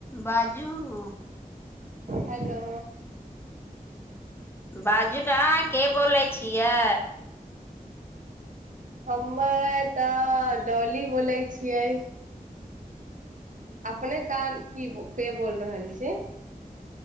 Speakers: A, on the left; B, on the right.
A: बाजूउ
B: hello
A: बाजू ने अहां के बोलै छियै।
B: हमे तऽ डोली बोलै छियै। अपने कान की के बोल रहल छी।